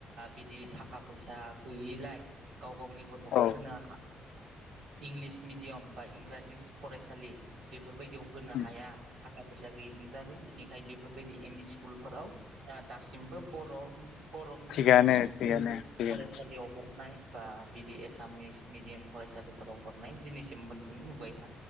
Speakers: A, on the right; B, on the left.
A: बिदि थाखा फैसा गैयिलाय गाव गावनि गथ'खौ
B: औ
A: होनो हा इंलिस मिेडियाम बा इंराजि फरायसालि बेफोरबायदियाव होनो
B: उम
A: हाया। थाखा फैसा गैयिनि दारै बिनिखाय बेफोरबायदि एम इ स्कुलफोराव दा सिमबो बर' बर' मिडियाम
B: थिगानो
A: स्कुल
B: थिगानो थिगानो
A: फरायसालियाव हरनाय बा बिदि एसामिस मिडियाम फरायसालिफोराव हरनाय दिनैसिमबो जों नुबाय था